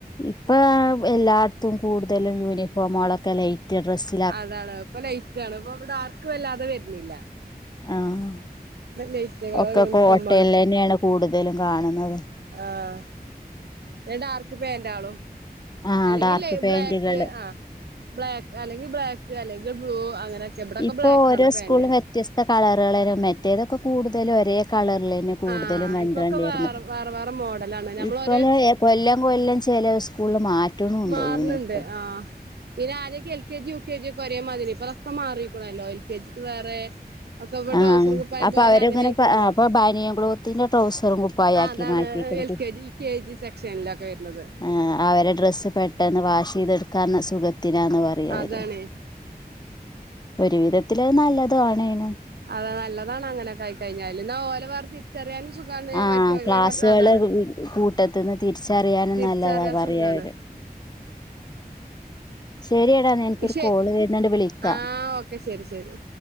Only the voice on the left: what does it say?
ഇപ്പൊ, എല്ലാട്ത്തും കൂടുതലും യൂണിഫോമുകളൊക്കെ ലൈറ്റ് ഡ്രസ്സ്
ആഹ്,
ഒക്കെ
കോട്ടൺലെന്നെ ആണ് കൂടുതലും കാണുന്നത്.
ആഹ്
ഡാർക്ക്
പാന്റുകള്
ഇപ്പൊ
ഓരോ
സ്കൂളിലും വ്യത്യസ്ത കളറെളേരം മറ്റേതൊക്കെ കൂടുതലും ഒരേ കളറിലെന്നെ കൂടുതലും
കണ്ട്
കണ്ടിര്ന്ന്,
ഇപ്പോളെ ഏഹ് കൊല്ലം, കൊല്ലം ചെല സ് കൂളിൽ മാറ്റ്ണ് ഉണ്ട്
യൂണിഫോം
ആഹ്
അപ്പൊ
അവരിങ്ങനെ
പ ആഹ് അപ്പൊ ബനിയൻ ക്ലോത്തിന്റെ ട്രൗസറും കുപ്പായാക്കി
മാറ്റിക്ക്ണ്
ആ അവരെ ഡ്രസ്സ് പെട്ടെന്ന് വാഷ് ചെയ്തെടുക്കാന്ന് സുഖത്തിനാന്ന് പറയ് അവര്.
ഒരു വിധത്തില് അത് നല്ലത് ആണേനും.
ആഹ്,
ക്ലാസ്സുകള്
കൂട്ടത്ത്ന്ന് തിരിച്ചറിയാനും
നല്ലതാ പറയ്
അവര്. ശരിയടാ, ഇന്ന എനിക്കൊരു
കോള് വര് ന്ന്ണ്ട് വിളിക്കാ.